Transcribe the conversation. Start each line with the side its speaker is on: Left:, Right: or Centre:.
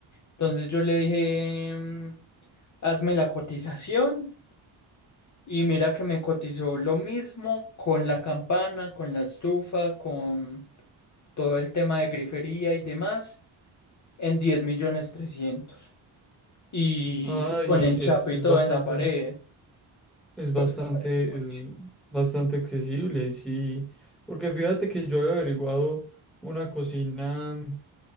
Left: Entonces yo le dije, mm, hazme la cotización y mira que me cotizó lo mismo con la campana, con la estufa, con todo el tema de grifería y demás en 10 millones 300 y,
Centre: Ay,
Left: y con
Centre: e-
Left: enchape
Centre: es, es
Left: y todo
Centre: bastante,
Left: en la pared.
Centre: es bastante,
Left: Me parece muy
Centre: es bastante accesible, sí, porque fíjate que yo había averiguado una cocina mm,